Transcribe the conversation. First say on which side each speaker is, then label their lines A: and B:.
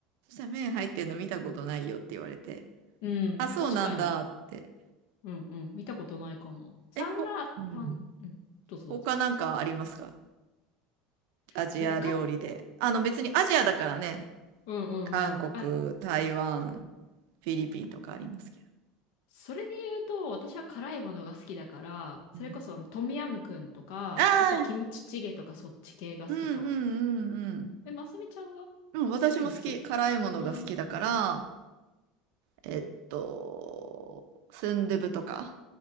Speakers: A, on the right; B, on the left.
A: そしたら麺入ってるの見たことないよって言われて。
B: うん、
A: あ、そうなんだって。
B: 確かに。うんうん。見たことないかも。サンラータン、
A: え、ほ、うん。
B: うん、どうぞどうぞ。
A: 他なんかありますかアジア料理で。
B: 他
A: あの別にアジアだからね。
B: うんうんうん。
A: 韓国、
B: あ、
A: 台湾、フィリピンとかありますけど。
B: それで言うと、私は辛いものが好きだから、それこそあのトムヤムクンとか、
A: うん、ああ、
B: あとはキムチチゲとかそっち系が好きかも。
A: うんうんうんうん。
B: え、ますみちゃんはかそういうの好きうん。
A: うん、私も好き、辛いものが好きだから、
B: う
A: えっと、スンドゥブとか。